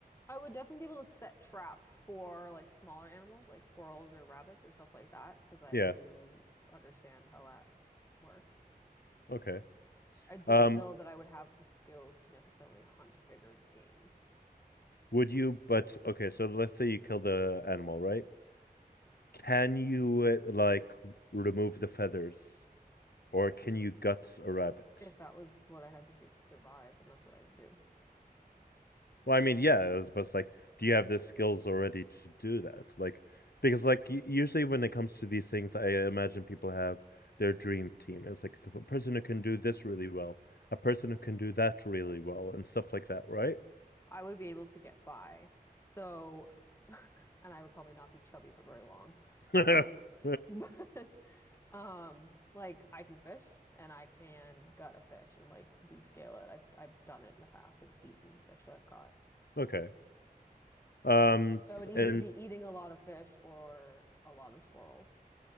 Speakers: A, on the left; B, on the left.
A: I would definitely be able to set traps for like smaller animals like squirrels or rabbits or stuff like that because I
B: Yeah,
A: do understand how that works.
B: okay.
A: I don't
B: Um,
A: know that I would have the skills to necessarily hunt bigger game.
B: would you but okay, so let's say you kill the animal, right? Can you uh, like remove the feathers or can you guts a rabbit?
A: If that was what I had to do to survive, then that's what I would do.
B: Well, I mean, yeah, as opposed to like, do you have the skills already to do that? Like, because like u- usually when it comes to these things, I imagine people have their dream team. It's like the person who can do this really well, a person who can do that really well, and stuff like that, right?
A: I would be able to get by. So, <laughs> and I would probably not be chubby for very long.
B: <laughs>
A: <laughs> But um like I can fish and I can gut a fish and like descale it. I've I've done it in the past and eaten fish that I've caught.
B: Okay. Um, s-
A: So I would either
B: and
A: be eating a lot of fish or a lot of squirrels.